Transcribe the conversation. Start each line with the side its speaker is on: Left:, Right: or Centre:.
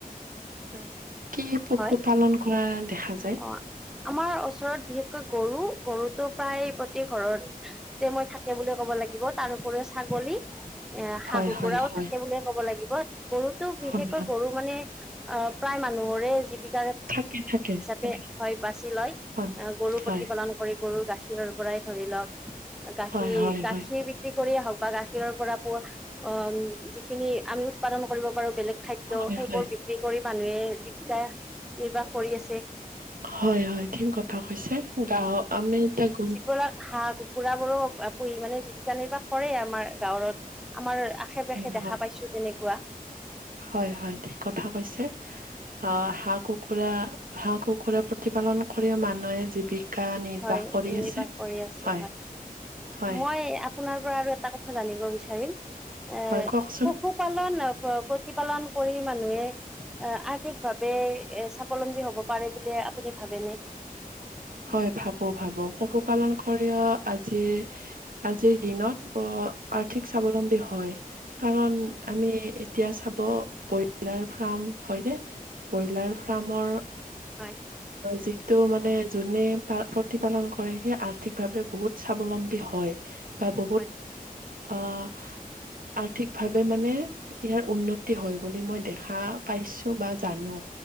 Right: আৰু কি পশুপালন
Centre: হয়
Right: কৰা দেখা যায়।
Centre: অ আমাৰ ওচৰত বিশেষকৈ গৰু, গৰুতটো প্ৰায় প্ৰতি ঘৰত মই থাকে বুলি ক'ব লাগিব তাৰ উপৰিও ছাগলী। এ হাঁহ
Right: হয়,
Centre: কুকুৰাও
Right: হয়, হয়,
Centre: থাকে বুলিয়ে ক'ব লাগিব গৰুতো বিশেষকৈ
Right: হয়, হয়,
Centre: গৰু মানে প্ৰায় মানুহৰে জীৱিকা
Right: থাকে থাকে।
Centre: এ
Right: থাকে,
Centre: হয় বাচি লয়
Right: হয়,
Centre: আহ গৰু
Right: হয়,
Centre: প্ৰতিপালন কৰি গৰুৰ গাখীৰ পৰাই ধৰি লওক, গাখীৰ
Right: হয়, হয়,
Centre: গাখীৰ
Right: হয়,
Centre: বি যি কৰিয়ে হওক বা গাখীৰৰ পৰা পোৱা অ যিখিনি আমি উৎপাদন কৰিব পাৰো বেলেগ, খাদ্য
Right: হয়,
Centre: সেইবোৰ
Right: হয়।
Centre: বিক্ৰী কৰি মানুহে যিবিকা নিৰ্বাহ কৰি আছে।
Right: হয়, হয় ঠিক কথা কৈছে। গাওঁ আমি এতিয়া গ
Centre: পৰা হাঁহ কু। কুৰা বোৰো পুহি মানে জীৱিকা নিৰ্বাহ কৰে আমাৰ গাঁৱত। আমাৰ চবকে
Right: হয়,
Centre: দেখা
Right: হয়,
Centre: পাইছোঁ তেনেকুৱা।
Right: হয়, হয় ঠিক কথা কৈছে। আহ হাঁহ কুকুৰা হাঁহ কুকুৰা প্ৰতিপালন কৰি মানুহে জী। জীবিকা নিৰ্বাহ
Centre: হয়
Right: কৰি আছে,
Centre: নিৰ্বাহ কৰি আছে
Right: হয়। হয়,
Centre: মই আপোনাৰ পৰা আৰু এটা কথা জানিব বিচাৰিম এ
Right: হয়, কওকচোন।
Centre: পশু, পালন আ প্ৰ প্ৰতিপালন কৰি মানুহে, আ আৰ্থিক ভাৱে এ স্বাৱলম্বী হ'ব পাৰে বুলি আপুনি ভাবেনে?
Right: হয়, ভাবো ভাবো। পশুপালন কৰিও আজিৰ আজিৰ দিনত আৰ্থিক স্বাৱলম্বী হয়। কাৰণ আমি এতিয়া চাব, ব্ৰইলাৰ ফাৰ্ম হয়নে? ব্ৰইলাৰ ফাৰ্মৰ
Centre: হয়।
Right: যিটো মানে যোনে পা প্ৰতিপালন কৰে, সেই আৰ্থিকভাৱে বহুত স্বাৱলম্বী হয়। বা বহুত
Centre: হয়
Right: আহ আৰ্থিকভাৱে মানে, ইয়াৰ উন্নতি হয় বুলি মই দেখা পাইছো বা জানো।